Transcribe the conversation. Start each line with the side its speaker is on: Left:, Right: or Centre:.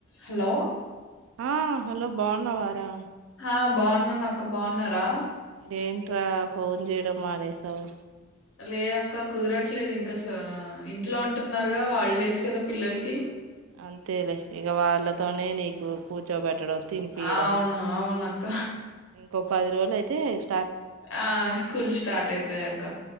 Left: Hello
Right: ఆ hello బావున్నావారా.
Left: ఆ బావున్నాను అక్క బావున్నారా.
Right: ఏంట్రా ఫోన్ చేయడం మానేసావ్.
Left: లేదు అక్క కుదరట్లేదు ఇంకా స ఇంట్లో ఉంటున్నారుగా, హాలిడేస్ కదా పిల్లల్కి.
Right: అంతేలే ఇగా వాళ్ళతోనే నీకు కూర్చో పెట్టడం, తినిపియ్యాడం
Left: అవును అవునక్క
Right: ఇంకో పది రోజులు అయితే స్క్
Left: ఆ స్కూల్ స్టార్ట్ అయితాది అక్క.